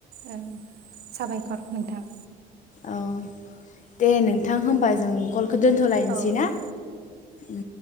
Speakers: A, on the right; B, on the left.
A: ओं साबायखर नोंथां
B: औ दे नोंथां होमबा जों कल बेखौ दोनथ लायनोसै
A: औ
B: ना?
A: दे
B: उ